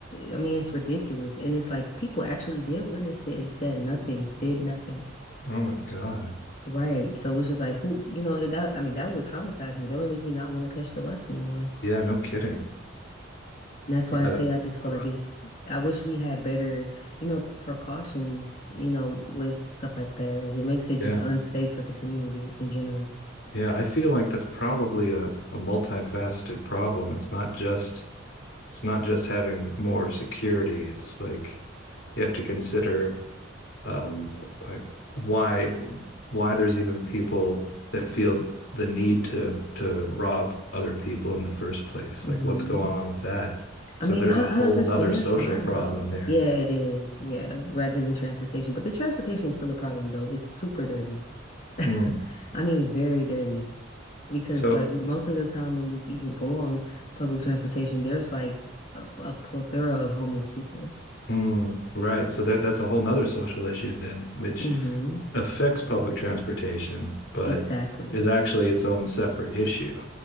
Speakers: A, on the left; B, on the left.
A: I mean, it's ridiculous. And it's like people actually did witness it and said nothing, did nothing.
B: Oh my God.
A: Right. So it was just like, who, you know, and that, I mean, that would traumatize me. That would make me not want to catch the bus anymore.
B: Yeah, no kidding.
A: And that's why
B: Yeah,
A: I say
B: that,
A: I just feel
B: oof.
A: like it's, I wish we had better, you know, precautions, you know, with stuff like that. Like it makes it
B: Yeah.
A: just unsafe for the community in general.
B: Yeah, I feel like that's probably a, a multifaceted problem. It's not just it's not just having more security. It's like you have to consider um, like why why there's even people that feel the need to to rob other people in the first place.
A: hmm
B: Like what's going on with that?
A: I
B: So
A: mean,
B: there's
A: I,
B: a
A: I
B: whole
A: understand
B: nother social
A: crime
B: problem
A: though.
B: there.
A: Yeah, it is. Yeah, rather than transportation. But the transportation is still a problem though. It's super dirty.
B: Mm.
A: <laughs> I mean, very dirty. Because
B: So
A: like most of the time when you even go on public transportation, there's like a, a plethora of homeless people.
B: mm, right. So that that's a whole nother social issue then, which
A: hmm
B: affects public transportation, but
A: Exactly.
B: is actually its own separate issue.